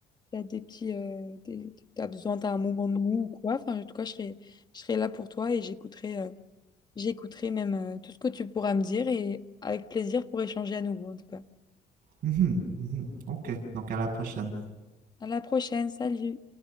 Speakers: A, on the left; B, on the right.
A: t'as des petits, euh, des- t'as besoin, t'as un moment de mou ou quoi. Enfin, en tout cas, je serai, je serai là pour toi et j'écouterai euh, j'écouterai même euh, tout ce que tu pourras me dire et avec plaisir pour échanger à nouveau en tout cas.
B: Mhm, mhm. Ok, donc à la prochaine.
A: À la prochaine, salut!